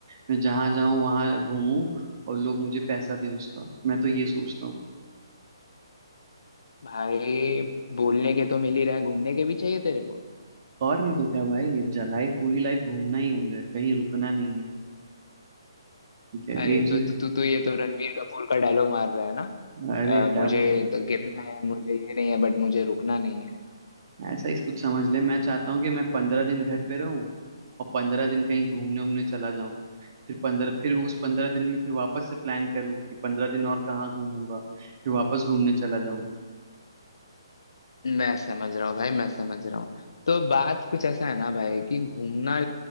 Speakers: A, on the right (about 45°); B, on the left (about 65°).
A: मैं जहां जाऊं वहां घूमूं और लोग मुझे पैसा दें उसका मैं तो ये सोचता हूँ
B: भाई बोलने के तो मिल ही रहा है घूमने के भी चाहिए तेरे को
A: और नहीं तो क्या भाई लाइफ पूरी लाइफ घूमना ही है मुझे कहीं रुकना नहीं है ठीक है
B: अरे
A: एक
B: तो
A: जगह
B: तू तू तू ये तो रणवीर कपूर का डायलॉग मार रहा है ना
A: अरे
B: अ,
A: क्या
B: मुझे
A: बोलो
B: द- गिरना है मुझे ये नहीं है बट मुझे रुकना नहीं है
A: ऐसा ही कुछ समझ ले मैं चाहता हूँ कि मैं पंद्रह दिन घर पे रहूं और पंद्रह दिन कहीं घूमने उमने चला जाऊं फिर पंद्रह फिर उस पंद्रह दिन में फिर वापस से प्लान करूं कि पंद्रह दिन और कहाँ घूमूंगा फिर वापस घूमने चला जाऊं
B: मैं समझ रहा हूँ भाई मैं समझ रहा हूँ तो बात कुछ ऐसा है ना भाई कि घूमना